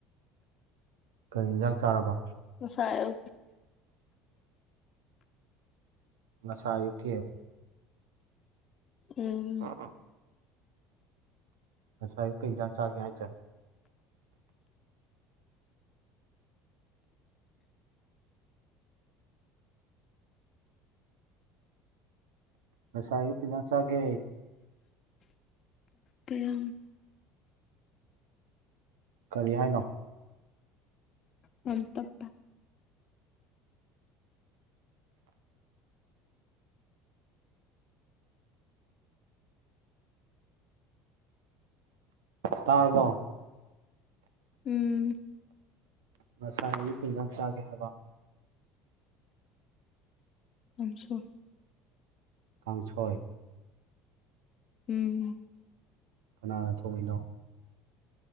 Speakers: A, on the right (about 85°); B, on the left (about 45°).
A: ꯀꯔꯤ ꯏꯟꯖꯥꯡ ꯆꯥꯔꯕ
B: ꯉꯁꯥꯏ
A: ꯃꯁꯥ ꯌꯨꯀꯤ
B: ꯎꯝ
A: ꯑ ꯑ ꯑꯁꯥꯏ ꯀꯩꯖꯥꯁ ꯀꯌꯥ ꯆꯦ ꯉꯁꯥꯏꯌꯨ ꯈꯤꯗꯪ ꯆꯥꯒꯦ
B: ꯀꯌꯥꯝ
A: ꯀꯔꯤ ꯍꯥꯏꯅꯣ
B: ꯑ ꯇꯞ
A: ꯇꯥꯔꯔꯕꯣ
B: ꯎꯝ
A: ꯃꯁꯥ ꯑꯒꯤ ꯤꯟꯖꯥꯡ ꯆꯥꯒꯦ ꯍꯥꯏꯕ
B: ꯑꯁꯨꯣ
A: ꯀꯥꯡꯁꯣꯏ
B: ꯎꯝ
A: ꯀꯅꯥꯅ ꯊꯣꯛꯣꯡꯃꯤꯅꯣ